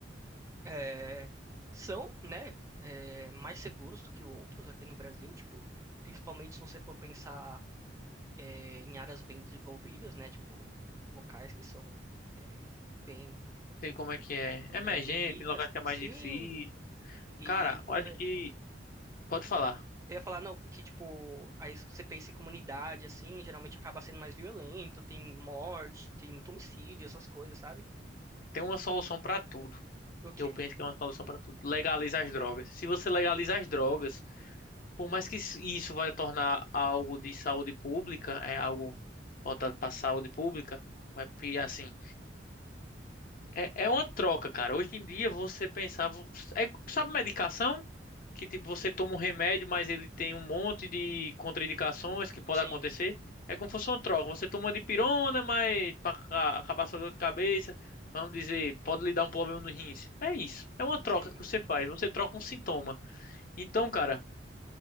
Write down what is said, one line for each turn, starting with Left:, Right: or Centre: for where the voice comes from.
Right: é, são, né, é, mais seguros do que outros aqui no Brasil, tipo, principalmente se você for pensar é, em áreas bem desenvolvidas, né, tipo, locais que são é, bem,
Left: sei como é que é. É emergente,
Right: é, bem ricas.
Left: tem locais que é mais
Right: Sim,
Left: difícil.
Right: e,
Left: Cara,
Right: por
Left: eu acho
Right: exemplo,
Left: que, pode falar,
Right: Eu ia falar, não, que tipo, aí você pensa em comunidade, assim, geralmente acaba sendo mais violento, tem morte, tem muito homicídio, essas coisas, sabe?
Left: tem uma solução pra tudo.
Right: O quê?
Left: Eu penso que é uma solução pra tudo. Legaliza as drogas. Se você legaliza as drogas, por mais que isso isso vai tornar algo de saúde pública, é algo voltado pra saúde pública, vai, pi- assim. É, é uma troca, cara. Hoje em dia você pensava. É, sabe medicação? Que tipo, você toma um remédio, mas ele tem um monte de contraindicações que pode
Right: Sim,
Left: acontecer. É como se fosse uma troca. Você toma uma dipirona, mas para acabar sua dor de cabeça, vamos dizer, pode lhe dar um problema no rins. É isso. É uma troca
Right: sim,
Left: que você faz. Você troca um sintoma. Então, cara,